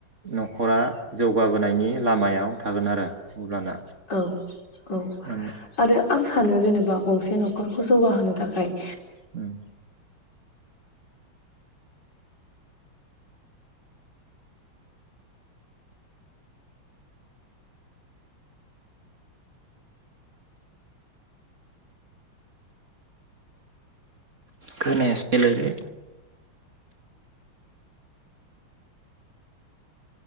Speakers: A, on the right; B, on the left.
A: न' खरा जौगाबोनायनि लामायाव थागोन आरो अब्लाना
B: औ औ
A: माने
B: आरो आं सानो जेने बा गंसे न'खरखौ जौगाहोनो थाखाय
A: ओं खोनायासैलायलै